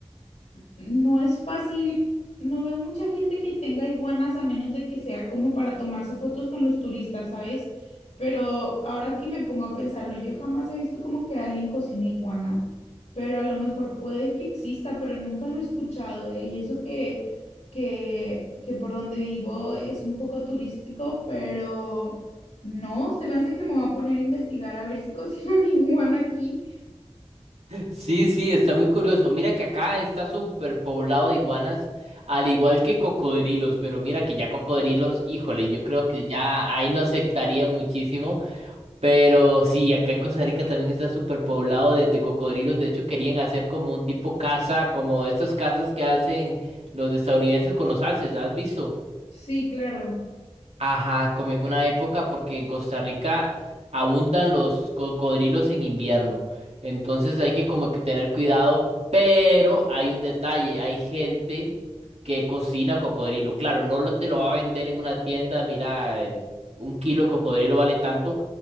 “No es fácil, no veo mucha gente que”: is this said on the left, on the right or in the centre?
Left